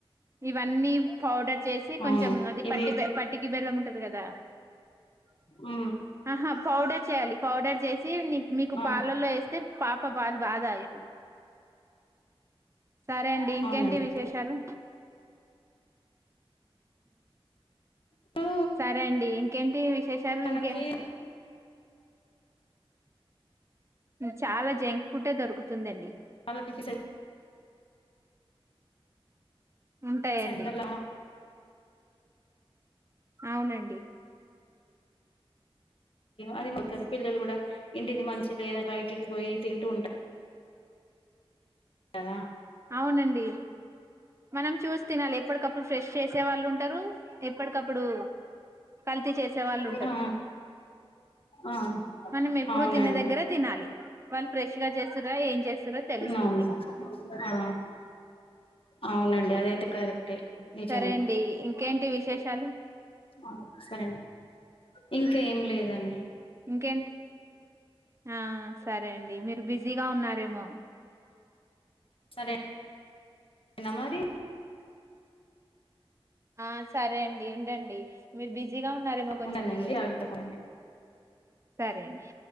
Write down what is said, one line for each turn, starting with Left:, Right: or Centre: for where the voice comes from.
Right: ఇవన్నీ పౌడర్ చేసి
Left: అవును
Right: కొంచెం అది
Left: ఇవి
Right: పట్టి పట్టికి బెల్లం ఉంటది కదా
Left: అ
Right: ఆహా పౌడర్ చేయాలి పౌడర్ చేసి నీ మీకు
Left: ఆ
Right: పాలల్లో వేస్తే పాప పాలు బాగా తగ్గిది సరే అండి ఇంకేంటి
Left: అవునండి
Right: విశేషాలు.
Left: ఇప్పుడు
Right: సరే అండి ఇంకేంటి విశేషాలు
Left: మనకి
Right: ఇంకే చాలా జంక్ ఫుడ్ ఏ దొరుకుతుందండి.
Left: వాలకి స
Right: ఉంటాయండి
Left: సెంట్రలా ఆ
Right: అవునండి
Left: అది పోతారు పిల్లలు కూడా ఇంటిది మంచి లేదని బయటికి పోయి తింటూ ఉంటారు. కదా
Right: అవునండి మనం చూసి తినాలి ఎప్పటికప్పుడు ఫ్రెష్ చేసే వాళ్ళు ఉంటారు ఎప్పటికప్పుడు కల్తీ చేసే వాళ్ళు ఉంటారు
Left: ఆ ఆ
Right: మనం ఎప్పుడు
Left: అవునండి
Right: తిన్న దగ్గరే తినాలి వాళ్ళు ఫ్రె మంచిగా చేస్తురా ఏం చేస్తుర తెలుస్తుంది.
Left: అవును ఆ అవునండి అదైతే కరెక్టే నిజమే
Right: సరే అండి ఇంకేంటి విశేషాలు
Left: ఆ సరే అండి ఇంకా ఏం లేదండి.
Right: ఇంకేంటి ఆ సరే అండి మీరు బిజీగా ఉన్నారేమో
Left: సరే నా మరి
Right: ఆ సరే అండి ఉండండి మీరు బిజ్ బిజిగా ఉన్నారేమో కొంచెం
Left: ఉండనండి
Right: ఈ రోజు
Left: జాగ్రత్తగా ఉండండి
Right: సరే అండి.